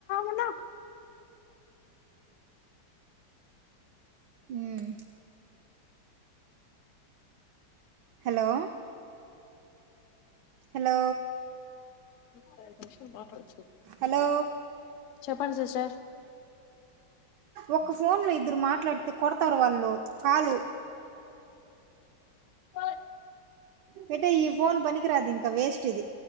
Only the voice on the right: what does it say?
మ్ హలో హలో
హలో
ఒక ఫోన్ లో ఇద్దరు మాట్లాడితే కొడతారు. వాళ్ళు కాలు
పెట్టేయ్ ఈ ఫోన్ పనికిరాదు ఇంకా వేస్ట్ ఇది.